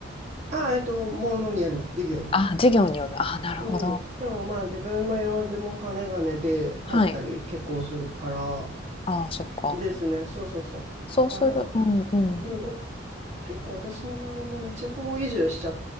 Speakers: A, on the right; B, on the left.
A: あ、えっと、ものによります。授業による。
B: ああ、事業による。ああ、なるほど。
A: うん。でもまあ、自分の用事も金金で帰ったり結構するから、
B: はい。ああ、そっか。
A: ですね。そうそうそう。
B: そうする。
A: だからまあ、
B: うんうん。
A: うんど結構私の周りもね、地方移住しちゃ、